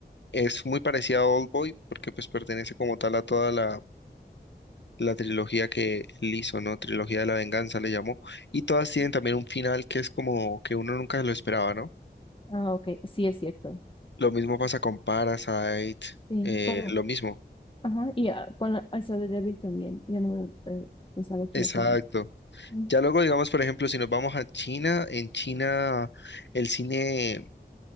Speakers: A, on the left; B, on the left.
A: es muy parecida a Oldboy porque pues pertenece como tal a toda la la trilogía que él hizo, ¿no? Trilogía de la venganza le llamó. Y todas tienen
B: Sí.
A: también un final que es como que uno nunca lo esperaba, ¿no?
B: Ah, ok, sí es cierto.
A: Lo mismo pasa con Parasite,
B: Sí.
A: eh,
B: Con,
A: lo mismo.
B: ajá, y ah, con la, esa de Devil también, ya no me pe- pensaba que
A: Exacto.
B: iba a terminar. Mm,
A: Ya luego, digamos, por ejemplo, si nos vamos a China, en China el cine,